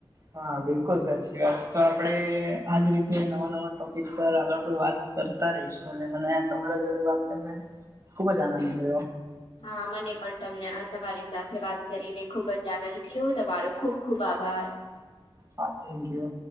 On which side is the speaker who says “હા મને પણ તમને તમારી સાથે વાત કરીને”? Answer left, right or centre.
Left